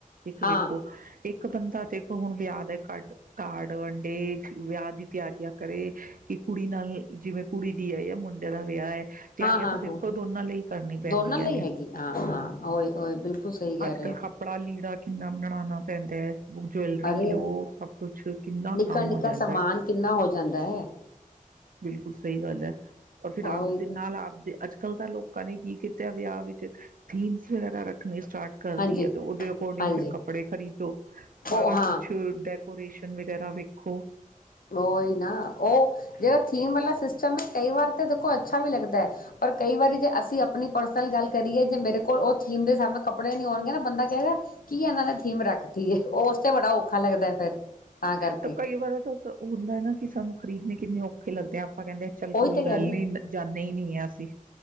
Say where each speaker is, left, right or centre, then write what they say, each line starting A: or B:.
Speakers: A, on the right; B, on the left.
A: ਇੱਕ
B: ਹਾਂ
A: ਵੇਖੋ ਇੱਕ ਇੱਕ ਬੰਦਾ ਦੇਖੋ, ਹੁਣ ਵਿਆਹ ਦਾ ਕਡ- ਕਾਰਡ ਵੰਡੇ, ਵਿਆਹ ਦੀ ਤਿਆਰੀਆਂ ਕਰੇ, ਕਿ ਕੁੜੀ ਨਾਲ ਜਿਵੇਂ ਕੁੜੀ ਦੀ ਹੈ ਜਾਂ ਮੁੰਡੇ ਦਾ ਵਿਆਹ ਹੈ। ਤਿਆਰੀਆਂ
B: ਹਾਂ ਹਾਂ
A: ਤਾਂ ਦੇਖੋ
B: ਹਾਂ
A: ਦੋਨਾਂ ਲਈ ਕਰਨੀ ਪੈਂਦੀਆਂ
B: ਦੋਨਾਂ ਲਈ
A: ਨੇ,
B: ਹੈਗੀ ਹਾਂ ਹਾਂ ਉਹੀ ਉਹੀ ਬਿਲਕੁਲ ਸਹੀ ਕਹਿ
A: ਅੱਜ
B: ਰਹੇ
A: ਕੱਲ੍ਹ
B: ਹੋ
A: ਕੱਪੜਾ ਲੀੜਾ ਕਿੰਨਾ ਬਣਾਉਣਾ। ਪੈਂਦਾ ਜਵੈਲਰੀ
B: ਅਰੇ
A: ਲੋ, ਸਭ ਕੁਛ ਕਿੰਨਾ
B: ਨਿੱਕਾ
A: ਕੰਮ
B: ਨਿੱਕਾ
A: ਹੋ ਜਾਂਦਾ।
B: ਸਮਾਨ ਕਿੰਨਾ ਹੋ ਜਾਂਦਾ ਹੈ
A: ਬਿਲਕੁਲ ਸਹੀ ਗੱਲ ਹੈ। ਔਰ ਫਿਰ ਆਪਦੇ
B: ਉਹੀ
A: ਨਾਲ ਆਪ ਅੱਜ ਕੱਲ੍ਹ ਤਾਂ ਲੋਕਾਂ ਨੇ ਕੀ ਕੀਤਾ ਵਿਆਹ ਵਿੱਚ ਥੀਮਸ ਵਗੈਰਾ ਰੱਖਣੀ ਸਟਾਰਟ ਕਰਦੀ
B: ਹਾਂਜੀ
A: ਹੈ, ਤੇ ਉਹਦੇ ਅਕੋਰਡਿੰਗ
B: ਹਾਂਜੀ
A: ਫਿਰ ਕੱਪੜੇ ਖਰੀਦੋ। ਸਾਰਾ
B: ਉਹ ਹਾਂ
A: ਕੁੱਛ ਔਰੇਸ਼ਨ ਵਗੈਰਾ ਵੇਖੋ
B: ਉਹੀ ਨਾ ਉਹ, ਜਿਹੜਾ ਥੀਮ ਵਾਲਾ ਸਿਸਟਮ ਹੈ ਕਈ ਵਾਰ ਤਾਂ ਦੇਖੋ ਅੱਛਾ ਵੀ ਲੱਗਦਾ ਹੈ, ਪਰ ਕਈ ਵਾਰੀ ਜੇ ਅਸੀਂ ਆਪਣੀ ਪਰਸਨਲ ਗੱਲ ਕਰੀਏ ਜੇ ਮੇਰੇ ਕੋਲ ਉਹ ਥੀਮ ਦੇ ਸਾਹਮਣੇ ਕੱਪੜੇ ਨੀ ਹੋਣਗੇ ਨਾ ਬੰਦਾ ਕਹਿਗਾ ਕੀ ਇਹਨਾਂ ਨੇ ਥੀਮ ਰੱਖਤੀ ਹੈ, ਉਹ ਉਸ ਤੇ ਬੜਾ ਔਖਾ ਲੱਗਦਾ ਹੈ ਫਿਰ ਤਾਂ ਕਰਕੇ
A: ਤ ਕਈ ਬਰਤ ਹੁੰਦਾ ਨਾ ਕਿ ਸਾਨੂੰ ਖਰੀਦਣੇ ਕਿੰਨੇ ਔਖੇ ਲੱਗਦੇ ਆ ਆਪਾਂ ਆਪਾ ਕਹਿੰਦੇ ਚੱਲ
B: ਉਹੀ
A: ਕੋਈ
B: ਤਾਂ ਕਹਿ
A: ਗੱਲ
B: ਰਹੀ
A: ਨੀ, ਜਾਣੇ ਨੀ ਆ ਅਸੀਂ